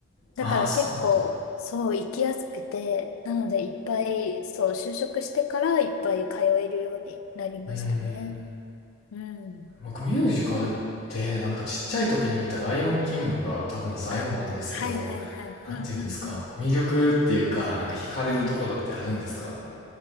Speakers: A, on the left; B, on the left.
A: だから結構、
B: ああ、そうなんだ。
A: そう、行きやすくて、なのでいっぱい、そう、就職してからいっぱい通えるようになりましたね。
B: うん。
A: うん。
B: 僕ミュージカルってなんかちっちゃい時に見た「ライオンキング」が多分最後なんですけど、
A: うん。あ、はいはいはい。
B: なんて言うんですか魅力っていうか、
A: うんうんうん。
B: なんか惹かれるところってあるんですか
A: うん